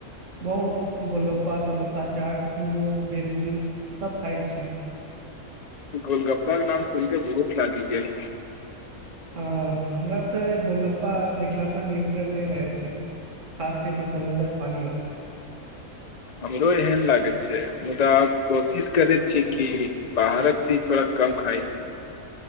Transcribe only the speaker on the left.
गोलगप्पा के नाम सुन के भूख लागि गेल
हमरो एहन लागै छै मुदा आब कोशिश करै छीयै कि बाहरक चीज थोड़ा कम खाइ